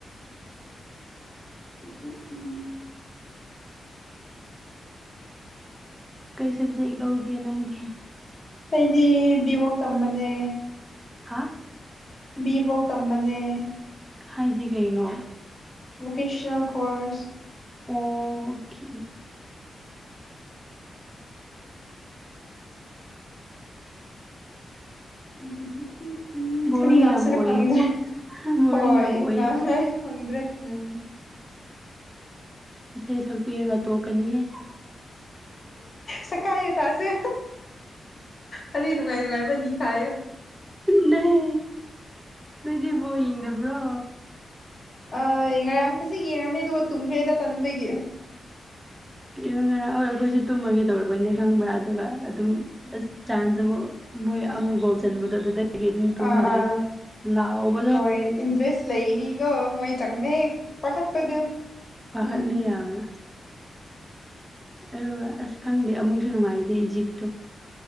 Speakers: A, on the left (about 45°); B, on the right (about 15°).
A: ꯎ ꯎ ꯎꯝ
B: ꯀꯩ ꯁꯕꯖꯦꯛ ꯂꯧꯒꯦ ꯅꯪꯗꯤ
A: ꯑꯩꯗꯤ ꯕꯤꯚꯣꯛ ꯇꯝꯕꯅꯦ
B: ꯍꯥ
A: ꯕꯤꯚꯣꯛ ꯇꯝꯕꯅꯦ
B: ꯍꯥꯏꯗꯤ ꯀꯩꯅꯣ
A: ꯚꯣꯀꯦꯁꯅꯦꯜ ꯀꯣꯔ꯭ꯁ
B: ꯑꯣꯀꯦ
A: <unintelligible> ꯎꯝ
B: ꯕꯣꯔꯤꯡ
A: ꯀꯔꯤ ꯉꯁꯤꯔ
B: ꯌꯥꯝ ꯑꯣꯏꯌꯦꯀꯣ
A: ꯈꯪꯗ꯭ꯔꯦ
B: ꯕꯣꯔꯤꯡ
A: ꯍꯣꯏ
B: ꯌꯥꯝ ꯑꯣꯏꯌꯦꯀꯣ
A: ꯉꯥꯡ ꯉꯥꯏꯁꯨ ꯈꯪꯗ꯭ꯔꯦ ꯎꯝ
B: ꯏꯁꯩ ꯁꯛꯄꯤꯔꯒ ꯇꯣꯛꯀꯅꯤ ꯍꯦ
A: ꯁꯀꯥꯏꯌꯣ ꯇꯥꯁꯦ ꯋꯥꯔꯤ ꯅꯨꯡꯉꯥꯏ ꯅꯨꯡꯉꯥꯏꯕ ꯂꯤꯈꯥꯏꯌꯦ
B: ꯅꯍ ꯅꯣꯏꯗꯤ ꯕꯣꯜ ꯌꯦꯡꯗꯕ꯭ꯔꯣ
A: ꯑꯣꯏ ꯉꯔꯥꯡ ꯈꯖꯤꯛ ꯌꯦꯡꯉꯝꯃꯦ ꯑꯗꯨꯒ ꯇꯨꯝꯈ꯭ꯔꯦꯗ ꯇꯟꯕꯒꯤ
B: ꯀꯔꯤꯅꯣ ꯉꯔꯥꯡ ꯍꯣꯏ ꯑꯩꯈꯣꯏꯁꯨ ꯇꯨꯝꯃꯒꯦ ꯇꯧꯔꯕꯅꯤ ꯈꯪꯕ꯭ꯔꯥ ꯑꯗꯨꯒ ꯑꯗꯨꯝ ꯑꯁ ꯆꯥꯟꯁ ꯑꯃ ꯃꯣꯏ ꯑꯃꯨꯛ ꯒꯣꯜ ꯆꯟꯕꯗꯣ ꯑꯗꯨꯗꯒꯤ ꯑꯗꯨꯝ ꯇꯨꯝꯗ꯭ꯔꯦ
A: ꯑꯥ ꯑꯥ
B: ꯂꯛꯑꯣꯕ
A: ꯍꯣꯏ ꯏꯟꯇ꯭ꯔꯦꯁ ꯂꯩꯔꯤꯀꯣ ꯃꯣꯏ ꯆꯪꯕ ꯍꯦꯛ ꯄꯥꯈꯠꯄꯗꯨ
B: ꯄꯍꯠꯂꯦ
A: ꯎꯝ
B: ꯌꯥꯎꯅ ꯑꯗꯨꯒ ꯑꯁ ꯈꯪꯗꯦ ꯑꯃꯨꯛꯁꯨ ꯅꯨꯡꯉꯥꯏꯇꯦ ꯏꯖꯤꯞꯇꯣ